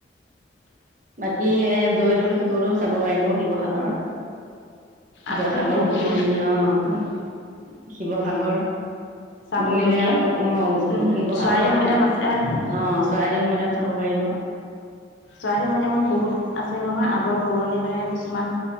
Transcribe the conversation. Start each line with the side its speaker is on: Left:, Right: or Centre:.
Right: বাকী এ জয়দৌল শিৱদৌল চাব পাৰিব শিৱসাগৰত
Left: আছে
Right: জয়সাগৰ
Left: বহুতো
Right: পুখুৰী অঁ
Left: উম
Right: শিৱসাগৰ
Left: চাবলগীয়া
Right: বুলিলে আৰু অঁহ
Left: উম
Right: শিৱসাগৰত
Left: চৰাইদেউ মৈদাম আছে
Right: আহ চৰাইদেউ মেদাম চাব পাৰিব
Left: চ'ৰাইটো মটামত বহুত আছে নহয় আগৰ পুৰণি মানে কিছুমান